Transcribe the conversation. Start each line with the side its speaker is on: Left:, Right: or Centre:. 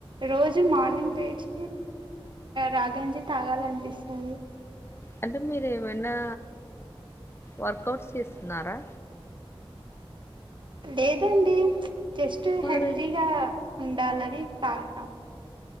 Right: రోజు మార్నింగ్ లేచి రాగంజి తాగాలనిపిస్తది
Left: అంటే మీరు ఏమన్నా వర్కౌట్స్ చేస్తున్నారా
Right: లేదండి జస్ట్
Left: మరి
Right: హెల్దీగా ఉండాలని తాగుతాం